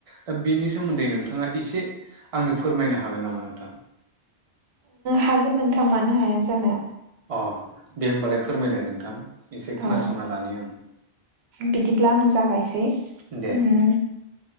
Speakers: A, on the right; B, on the right.
A: दा बेनि सोमोन्दै नोंथाङा एसे आंनो फोरमायनो हागोन नामा नोंथां?
B: हागोन नोंथां, मानो हाया जानो?
A: अ दे होमबालाय फोरमायलाय नोंथां एसे खोनासंना
B: औ
A: लानि आं।
B: बिदिब्ला आं जागायसै।
A: दे
B: उ